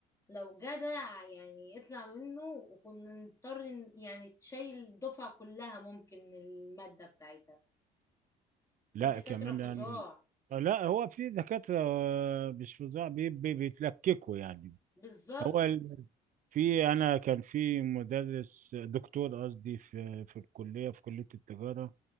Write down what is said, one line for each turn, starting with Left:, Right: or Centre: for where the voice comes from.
Left: لو جدع يعني يطلع منه وكنا نضطر ن- يعني تشيل الدفعة كلها ممكن المادة بتاعتها
Right: لا
Left: في دكاترة
Right: كمان
Left: فظاع
Right: لا هو في دكاترة آه، مش فظاع بي- بي- بيتلككوا يعني
Left: بالظبط
Right: هو ال- في أنا كان في مدرس دكتور قصدي في في الكلية في كلية التجارة